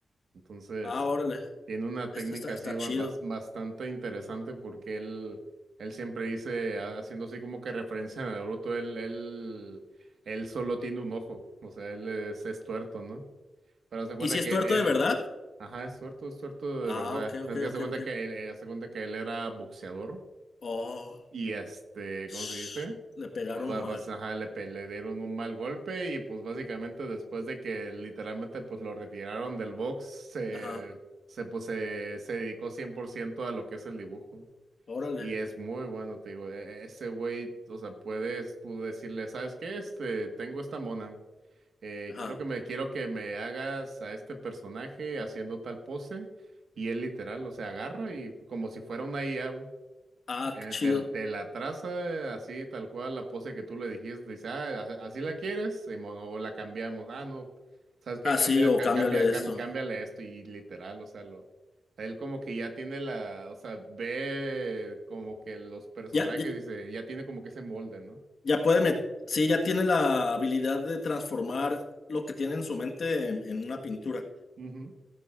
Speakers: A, on the right; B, on the left.
A: Entonces...
B: Ah, órale.
A: Tiene una
B: Es-
A: técnica
B: Está, está
A: así ba-
B: chido.
A: bas- bastante interesante porque él, él siempre dice, ha- haciendo así como que referencia a Naruto, él, él, él solo tiene un ojo, o sea, él es, es tuerto, ¿no? Pero hace cuenta
B: ¿Y si es
A: que,
B: tuerto
A: eh,
B: de verdad?
A: ajá, es tuerto, es tuerto
B: Ah,
A: de verdad.
B: ok,
A: Es
B: ok,
A: que hace
B: ok,
A: cuenta
B: ok.
A: que él, eh, hace cuenta que él era boxeador
B: Oh,
A: y este,
B: sh-
A: ¿cómo se dice?
B: le pegaron
A: Pues va-
B: mal.
A: vas- ajá, le, pe- le dieron un mal golpe y pues básicamente después de que literalmente pues lo retiraron del box, se,
B: Ajá,
A: se, pues, se, se dedicó 100% a lo que es el dibujo.
B: órale.
A: Y es muy bueno, te digo, e- ese güey, o sea, puedes tú decirle, ¿sabes qué? Este, tengo esta mona, eh,
B: Ajá.
A: quiero que me, quiero que me hagas a este personaje haciendo tal pose. Y él literal, o sea, agarra y como si fuera una IA,
B: Ah,
A: eh,
B: qué chido.
A: Te, te la traza así, tal cual, la pose que tú le dijiste. Dice, ah, a- así la quieres, Simón, o la cambiamos. Ah, no, ¿sabes qué?
B: Ah,
A: Cambia,
B: sí, o
A: ca-
B: cámbiale
A: cambia, cam-
B: esto.
A: cámbiale esto y literal, o sea, lo, él como que ya tiene la, o sea, ve como que los personajes,
B: Ya, ya,
A: dice, ya tiene como que ese molde, ¿no?
B: ya puede met- Sí, ya tiene la habilidad de transformar lo que tiene en su mente en en una pintura.
A: Ujú.